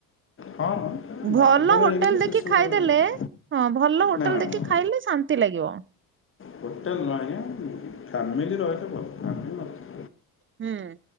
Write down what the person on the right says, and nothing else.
ଭଲ
ହୋଟେଲେ
ଦେଖି
ଖାଇଦେଲେ ହଁ ଭଲ ହୋଟେଲେ
ଦେଖି
ଖାଇଲେ ଶା ନ୍ତି ଲାଗିବ।
ହୁଁ।